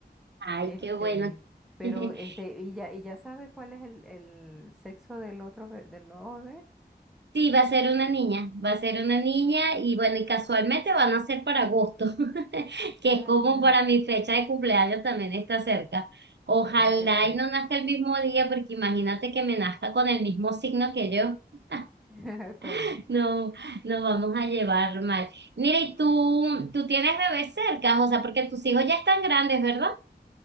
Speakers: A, on the right; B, in the centre.
A: Ay,
B: Este,
A: qué bueno.
B: pero
A: <laughs>
B: este, y ya, y ya sabe cuál es el, el sexo del otro, be- del nuevo bebé.
A: Sí, va a ser una niña, va a ser una niña y bueno, y casualmente van a ser para agosto, <laughs> que
B: Ah,
A: es como
B: ya.
A: para mi fecha de cumpleaños también está cerca. Ojalá
B: Ah, qué bien.
A: y no nazca el mismo día, porque imagínate que me nazca con el mismo signo que yo. <laughs>
B: <laughs> Está bien.
A: No, nos vamos a llevar mal. Mira, y tú, tú tienes bebés cerca, o sea, porque tus hijos ya están grandes, ¿verdad?